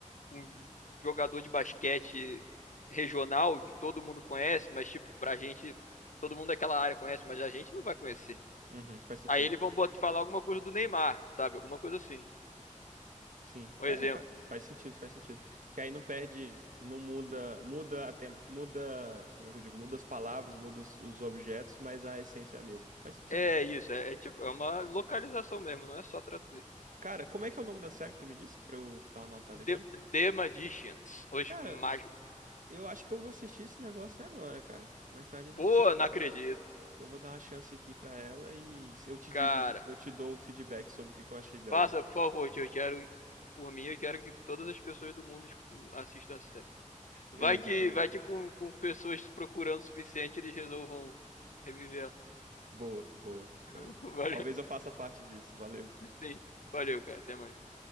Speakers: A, on the left; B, on the right.
A: com um jogador de basquete regional que todo mundo conhece, mas tipo, pra gente, todo mundo daquela área conhece, mas a gente não vai conhecer.
B: Uhum, faz sentido.
A: Aí eles vão botar, falar alguma coisa do Neymar, sabe? Alguma coisa assim.
B: Sim, faz,
A: Um exemplo.
B: faz, faz sentido, faz sentido. Que aí não perde, não muda, muda até, muda, como é que eu digo? Muda as palavras, muda os, os objetos, mas a essência é a mesma. Faz sentido.
A: É isso, é, é tipo, é uma localização mesmo, não é só traduzir.
B: Cara, como é que é o nome da série que tu me disse? Pra eu dar uma anotada aqui?
A: The, The Magicians, os
B: Cara,
A: mágicos.
B: eu acho que eu vou assistir esse negócio agora, cara. Mais tarde a gente
A: Pô,
B: se fala.
A: não acredito,
B: que eu vou dar uma chance aqui pra ela e se eu te digo,
A: cara.
B: eu te dou o feedback sobre o que que eu achei dela.
A: Faça, por favor, tio, eu quero, por mim, eu quero que todas as pessoas do mundo tipo, assistam essa Vai
B: Beleza,
A: que,
B: beleza.
A: vai que com, com pessoas procurando o suficiente, eles resolvam reviver.
B: Boa, boa. Eu-
A: <laughs> Valeu.
B: eu- talvez eu faça parte disso. Valeu.
A: Sim. Valeu, cara. Até mais.